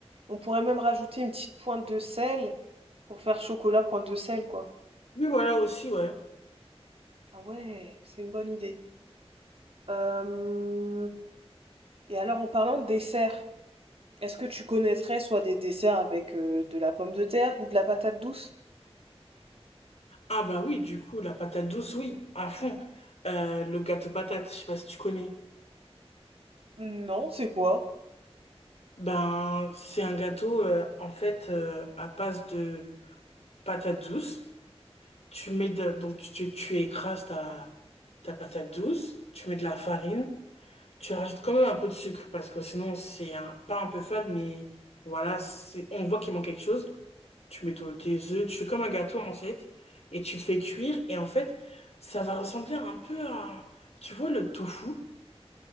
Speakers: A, on the right (about 65°); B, on the left (about 75°).
A: On pourrait même rajouter une petite pointe de sel pour faire chocolat pointe de sel, quoi.
B: Oui, voilà aussi, ouais.
A: Ah ouais, c'est une bonne idée. Euh, Et alors, en parlant de dessert, est-ce que tu connaîtrais soit des desserts avec euh, de la pomme de terre ou de la patate douce?
B: Ah bah oui, du coup, la patate douce, oui, à fond. Euh, le gâteau patate, je sais pas si tu connais.
A: Non, c'est quoi?
B: Ben, c'est un gâteau, euh, en fait, euh, à base de patate douce. Tu mets de, donc tu, tu écrases ta, ta patate douce, tu mets de la farine, tu rajoutes quand même un peu de sucre parce que sinon c'est un, pas un peu fade, mais voilà, c'est, on voit qu'il manque quelque chose. Tu mets ton- tes œufs, tu fais comme un gâteau en fait, et tu le fais cuire et en fait ça va ressembler un peu à, tu vois, le tofu.